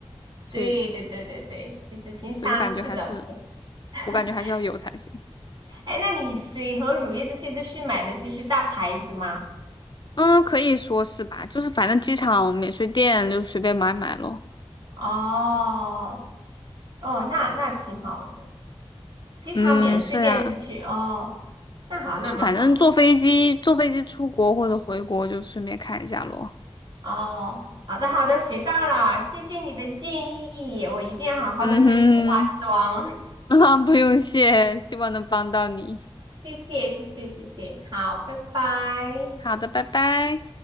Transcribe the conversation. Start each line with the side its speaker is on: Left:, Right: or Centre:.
Left: 所以，
Right: 对对对对对，就是平常是的。
Left: 所以我感觉还是，
Right: <laughs>
Left: 我感觉还是要有才行。
Right: 哎，那你水和乳液这些都是买的就是大牌子吗？
Left: 嗯，可以说是吧，就是反正机场免税店就随便买买咯。
Right: 哦哦，那那挺好的，机场免税店是去哦，
Left: 嗯，是呀，
Right: 那好，那蛮好。
Left: 是反正坐飞机，坐飞机出国或者回国就顺便看一下咯。
Right: 哦，好的好的，学到了，谢谢你的建议，我一定要好好的开始化妆。
Left: 嗯哼，
Right: <laughs>
Left: <laughs> 啊，不用谢，希望能帮到你。
Right: 谢谢谢谢谢谢，好，拜拜。
Left: 好的，拜拜。